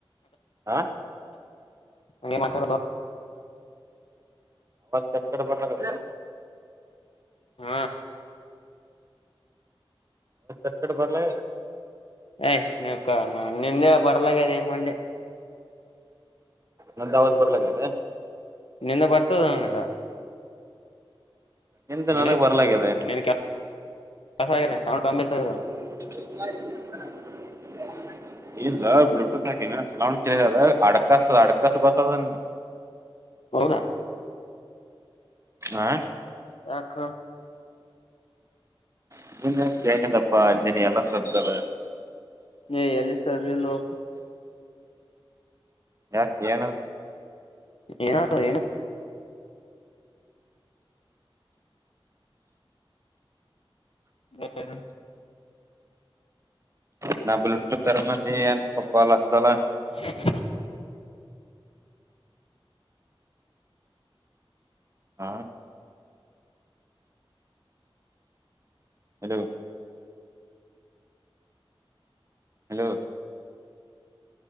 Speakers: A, on the right; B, on the left.
A: ಹ
B: ಹಂಗೆ ಮಾತಾಡೋದು
A: ಚಕ್ಕರ ಬರಲಕತ್ತದ
B: ಹ
A: ಇಕಡೆ ಬರಲೇ
B: ಏ <unintelligible> ನಿಂದೆ ಬರಲ್ಲ ಆಗ್ಯದ ಏನ್ ಮಾಡ್ಲಿ
A: ನಂದ ಅವಜಾ ಬರಲ್ಲ ಆಗ್ಯದ
B: ನಿಂದ ಬರ್ತದ ನನಗ
A: ನಿಂದ
B: <unintelligible>
A: ನನಗ್ ಬರ್ಲಾಗ್ಯದ <inaudible> ಇಲ್ಲ ಬ್ಲೂಟೂತ್ ಹಾಕಿನಿ ಸೌಂಡ್ ಕೇಳದ ಅಡ್ಕಾಸ್ ಅಡ್ಕಸ್ ಗೊತ್ತದ
B: ಹೌದಾ
A: ಹಾ
B: ಯಾಕ
A: <unintelligible>
B: ನೀ ಯಲ್ಲಿ ಸರಿಯಿಲ್ಲೋ
A: ಯಾಕ ಏನ್ ಆದ
B: ಏನ ಆದ ಏನು <unintelligible>
A: <unintelligible>
B: <inaudible>
A: ಹಾ ಹಲೋ ಹಲೋ